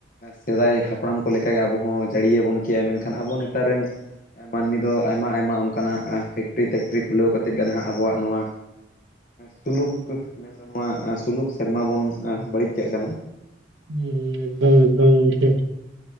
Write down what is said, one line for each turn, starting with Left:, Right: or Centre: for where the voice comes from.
Left: ᱥᱮᱫᱟᱭ ᱦᱟᱯᱲᱟᱢ ᱠᱚ ᱞᱮᱠᱟᱜᱮ ᱟᱵᱚ ᱦᱚᱸ ᱡᱟᱹᱲᱤᱭᱟᱵᱚᱱ ᱠᱮᱭᱟ ᱢᱮᱱᱠᱷᱟᱱ ᱟᱵᱚ ᱱᱮᱛᱟᱨ ᱨᱮᱱ ᱢᱟᱹᱱᱢᱤ ᱫᱚ ᱟᱭᱢᱟ ᱟᱭᱢᱟ ᱚᱱᱠᱟᱱᱟᱜ ᱯᱷᱮᱠᱴᱨᱤ ᱛᱮᱠᱴᱨᱤ ᱠᱷᱩᱞᱟᱹᱣ ᱠᱟᱛᱮᱫ ᱜᱮ ᱱᱟᱦᱟᱜ ᱟᱵᱚᱣᱟᱜ ᱱᱚᱣᱟ ᱥᱩᱞᱩᱠ ᱢᱮᱱᱫᱚ ᱱᱚᱣᱟ ᱥᱩᱞᱩᱠ ᱥᱮᱨᱢᱟ ᱵᱚᱱ ᱵᱟᱹᱲᱤᱡ ᱠᱟᱜ ᱠᱟᱱᱟ᱾
Right: ᱦᱮᱸ ᱦᱩᱸ ᱮᱠᱫᱚᱢ ᱮᱠᱫᱚᱢ ᱴᱷᱤᱠ᱾